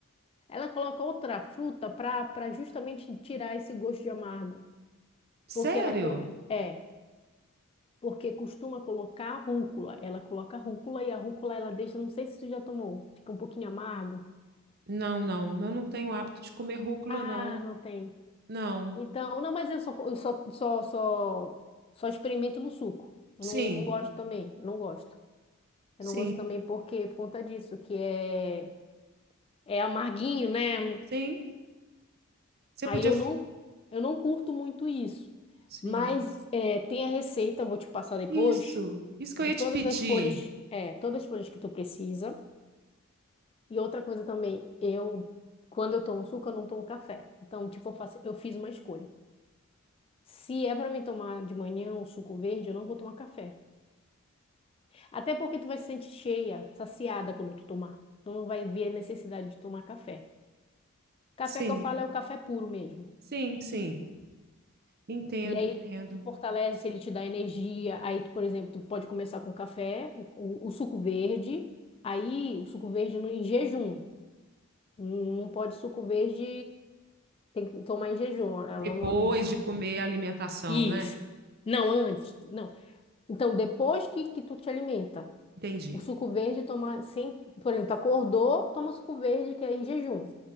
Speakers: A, on the left (about 25°); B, on the right (about 45°).
A: Ela coloca outra fruta para para justamente tirar esse gosto de amargo,
B: Sério?
A: porque ela co- é, porque costuma colocar rúcula. Ela coloca rúcula e a rúcula ela deixa, não sei se você já tomou, fica um pouquinho amargo.
B: Não, não, eu não tenho hábito de comer rúcula,
A: Ah,
B: não.
A: não tem.
B: Não.
A: Então, não, mas eu só co- eu só só só, só experimento no suco. Eu
B: Sim,
A: não, não gosto também, eu não gosto.
B: sim,
A: Eu não gosto também porque por conta disso, que é é amarguinho, né?
B: Sim, você
A: Aí
B: podia.
A: eu
B: f-
A: não, eu não curto muito isso.
B: sim,
A: Mas é, tem a receita, eu vou te passar depois,
B: Isso, isso que
A: de
B: eu ia
A: todas
B: te pedir.
A: as folhas, é, todas as folhas que tu precisa. E outra coisa também, eu, quando eu tomo suco, eu não tomo café. Então, tipo, eu faço, eu fiz uma escolha. Se é para mim tomar de manhã um suco verde, eu não vou tomar café. Até porque tu vai se sentir cheia, saciada quando tu tomar. Tu não vai ver a necessidade de tomar café. Café
B: sim,
A: que eu falo é o café puro mesmo.
B: Sim, sim. entendo,
A: E aí
B: entendo.
A: ele fortalece, ele te dá energia. Aí, tu, por exemplo, tu pode começar com café, o, o suco verde. Aí, o suco verde no, em jejum. Não não pode suco verde, tem que tomar em jejum. Ela
B: Depois
A: não- a gente não-
B: de comer a alimentação,
A: Isso.
B: né?
A: não, antes, não. Então, depois que, que tu te alimenta,
B: Entendi,
A: o suco verde toma sem, por exemplo, acordou, toma o suco verde que é em jejum.